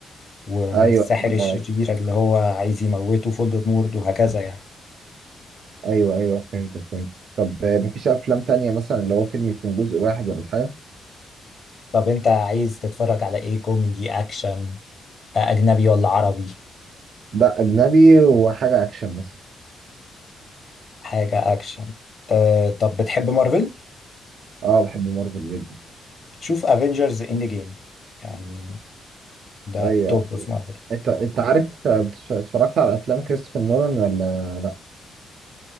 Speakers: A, on the left; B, on the right.
A: والساحر
B: ايوه
A: الشرير
B: آه،
A: اللي هو عايز يموته فولدرمورت وهكذا يعني
B: ايوه ايوه فهمت فهمت طب آه، مفيش افلام تانية مثلا اللي هو فيلم يكون جزء واحد ولا حاجه
A: طب انت عايز تتفرج على ايه كوميدي اكشن اجنبي ولا عربي
B: لا اجنبي وحاجه اكشن مثلا
A: حاجه اكشن أه طب بتحب مارفل
B: اه بحب مارفل جدا
A: شوف افنجرز اند جيم يعني ده
B: ايوه
A: التوب في مارفل
B: انت انت عارف آه، اتفرجت على افلام كريستوفر نولان ولا لا